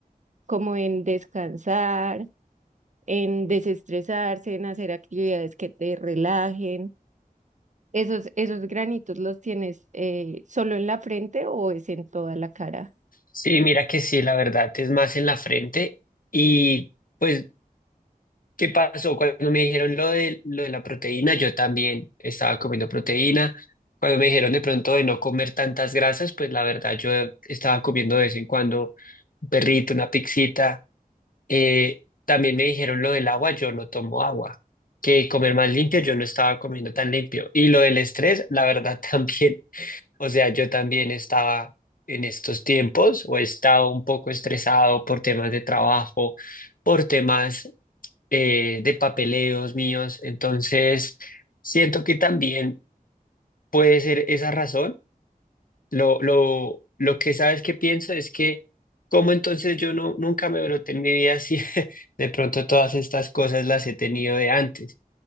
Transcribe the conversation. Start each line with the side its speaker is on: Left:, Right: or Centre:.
Right: como en descansar, en desestresarse, en hacer actividades que te relajen ¿Esos, esos granitos los tienes eh, solo en la frente o es en toda la cara?
Left: Sí, mira que sí, la verdad es más en la frente y pues ¿Qué pasó? Cuando me dijeron lo de, lo de la proteína, yo también estaba comiendo proteína. Cuando me dijeron de pronto de no comer tantas grasas, pues la verdad yo estaba comiendo de vez en cuando un perrito, una pixita. Eh, también me dijeron lo del agua, yo no tomo agua. Que comer más limpio, yo no estaba comiendo tan limpio. Y lo del estrés, la verdad <laughs> también. O sea, yo también estaba en estos tiempos o he estado un poco estresado por temas de trabajo por temas eh, de papeleos míos. Entonces, siento que también puede ser esa razón. Lo, lo, lo que sabes que pienso es que, como entonces yo no, nunca me broté en mi vida si <laughs> de pronto todas estas cosas las he tenido de antes?